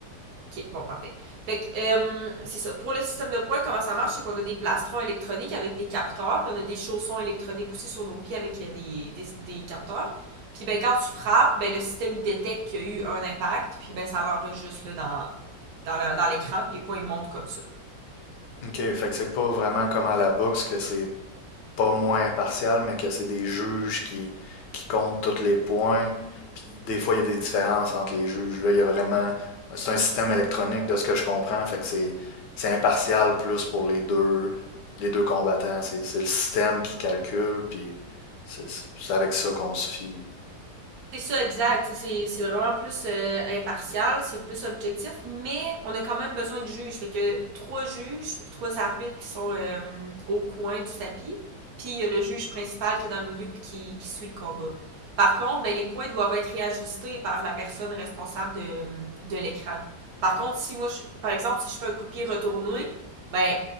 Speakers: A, on the right; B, on the left.
A: OK, bon, parfait. Fait que, euh, c'est ça. Pour le système de points, comment ça marche, c'est qu'on a des plastrons électroniques avec des capteurs, puis on a des chaussons électroniques aussi sur nos pieds avec euh, des, des, des capteurs. Puis ben quand tu frappes, ben le système il détecte qu'il y a eu un impact, puis ben ça l'enregistre là, dans dans dans l'écran, puis les points ils montent comme ça.
B: OK, fait que c'est pas vraiment comme à la boxe que c'est pas moins impartial, mais que c'est des juges qui, qui comptent tous les points. Puis des fois, il y a des différences entre les juges. Là, il y a vraiment. C'est un système électronique de ce que je comprends. Fait que c'est c'est impartial plus pour les deux les deux combattants. C'est c'est le système qui calcule, puis c'est c'est avec ça qu'on se fie.
A: C'est ça, exact. C'est c'est vraiment plus euh, impartial, c'est plus objectif, mais on a quand même besoin de juges. Fait que trois juges, trois arbitres qui sont euh, au coin du tapis, puis il y a le juge principal qui est dans le milieu puis qui, qui suit le combat. Par contre, ben, les points doivent être réajustés par la personne responsable de, de l'écran. Par contre, si moi, je- par exemple, si je fais un coup de pied retourné, ben,